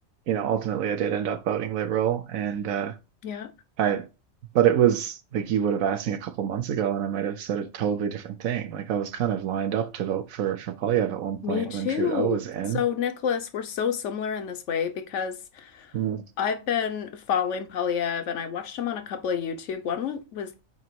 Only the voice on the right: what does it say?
you know, ultimately I did end up voting liberal and uh
I but it was like you would have asked me a couple months ago and I might have said a totally different thing. Like I was kind of lined up to vote for for Polyev at one
point
when Trudeau was in.
Mm,